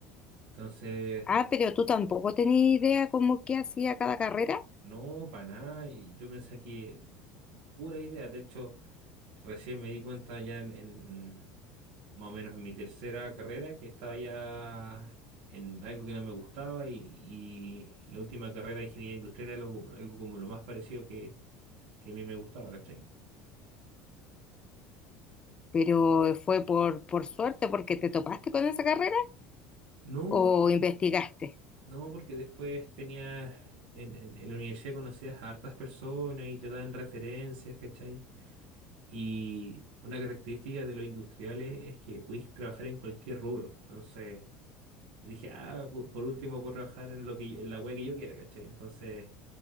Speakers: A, on the right; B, on the left.
A: Entonces,
B: Ah, pero tú tampoco tenías idea como qué hacía cada carrera,
A: no, para nada, y yo pensé que pura idea, de hecho, recién me di cuenta ya en, en- más o menos en mi tercera carrera, que estaba ya en algo que no me gustaba y, y la última carrera de ingeniería industrial era algo, algo como lo más parecido que, que a mí me gustaba, ¿cachai?
B: pero fue por, por suerte porque te topaste con esa carrera
A: No,
B: o
A: po-
B: investigaste.
A: no, porque después tenía, en, en, en la universidad conocías a hartas personas y te dan referencias, ¿cachai? Y una característica de los industriales es que podéis trabajar en cualquier rubro, entonces... Dije, ah, por, por último puedo trabajar en lo que yo- en la web que yo quiera, ¿cachai? Entonces,